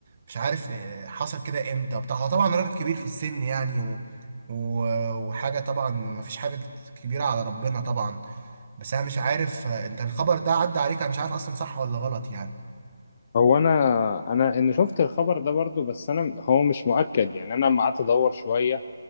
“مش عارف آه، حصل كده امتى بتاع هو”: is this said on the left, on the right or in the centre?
Right